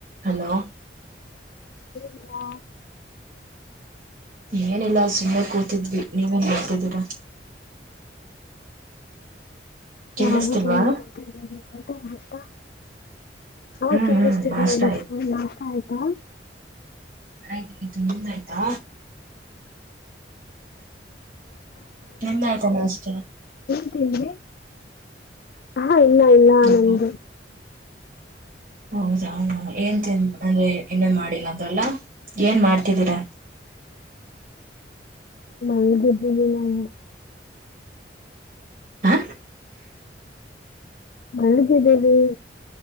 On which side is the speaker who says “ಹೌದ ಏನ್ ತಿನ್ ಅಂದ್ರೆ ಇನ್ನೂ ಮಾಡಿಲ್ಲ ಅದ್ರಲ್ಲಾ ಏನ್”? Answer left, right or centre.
Right